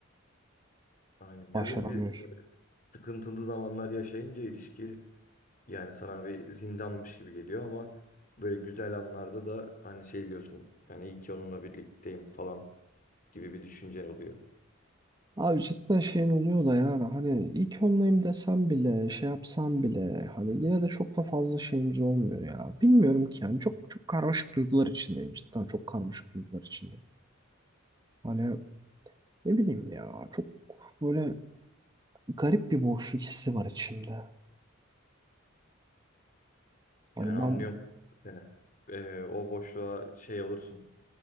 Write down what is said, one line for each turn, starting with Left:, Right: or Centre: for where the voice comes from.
Left: Aynen.
Right: başaramıyorsun.
Left: Ya böyle bir sıkıntılı zamanlar yaşayınca ilişki yani sana bir zindanmış gibi geliyor ama böyle güzel anlarda da hani şey diyorsun. Yani iyi ki onunla birlikteyim falan. gibi bir düşüncen oluyor.
Right: Abi cidden şeyin oluyor da yani hani ilk onlayım desem bile şey yapsam bile hani yine de çok da fazla şeyimiz olmuyor ya. Bilmiyorum ki yani çok çok karmaşık duygular içindeyim cidden çok karmaşık duygular içindeyim. Hani ne bileyim ya çok böyle garip bir boşluk hissi var içimde. Hani
Left: Yani
Right: ben
Left: anlıyorum seni. Ee, o boşluğa şey olursun,